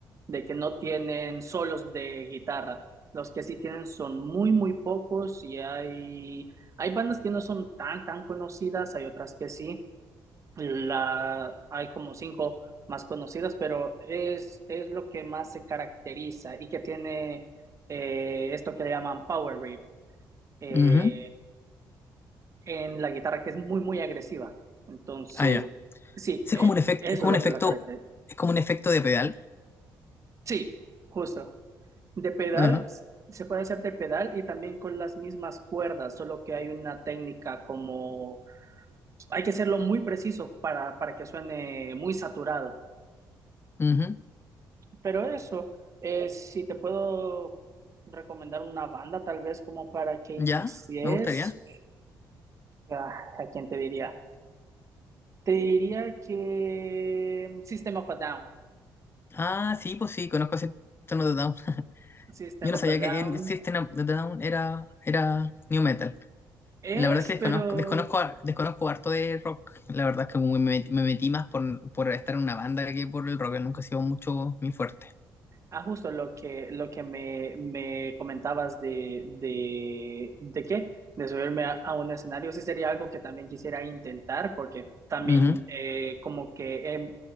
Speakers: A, on the right; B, on the left.
A: de que no tienen solos de guitarra. Los que sí tienen son muy, muy pocos y hay, hay bandas que no son tan, tan conocidas, hay otras que sí. La, hay como cinco más conocidas, pero es, es lo que más se caracteriza y que tiene eh, esto que le llaman power riff eh,
B: ujú.
A: en la guitarra, que es muy, muy agresiva. Entonces,
B: Ah, ya.
A: sí,
B: Ese
A: eh,
B: es como un efecto,
A: eso
B: es como
A: es lo
B: un efecto,
A: que la caracteriza.
B: es como un efecto de pedal.
A: Sí, justo. De pedal,
B: Ajá.
A: s- se puede hacer de pedal y también con las mismas cuerdas, solo que hay una técnica como hay que hacerlo muy preciso para, para que suene muy saturado.
B: ujú.
A: Pero eso, eh, si te puedo recomendar una banda, tal vez como para que inicies,
B: Ya, me gustaría.
A: ah, ¿a quién te diría? Te diría que mm, System of a Down.
B: Ah, sí, pues sí, conozco ese tono de Down.
A: System
B: Yo no
A: of
B: sabía
A: a Down
B: que eh, System of a Down era, era New Metal.
A: es,
B: La verdad es que desconozco,
A: pero
B: desconozco, desconozco harto de rock. La verdad es que me, me- me metí más por, por estar en una banda que por el rock. Nunca ha sido mucho mi fuerte.
A: Ah, justo lo que, lo que me, me comentabas de, de, de qué, de subirme a, a un escenario, sí sería algo que también quisiera intentar, porque también
B: Ujú.
A: eh, como que he